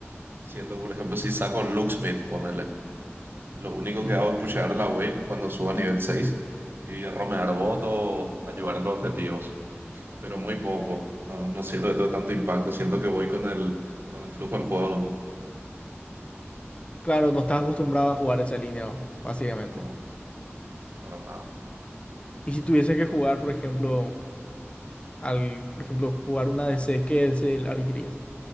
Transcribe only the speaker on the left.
Ujú.
Claro, no estás acostumbrado a jugar esa línea, básicamente.
Y si tuvieses que jugar, por ejemplo, al, por ejemplo, jugar una DC, ¿qué DC elegirías?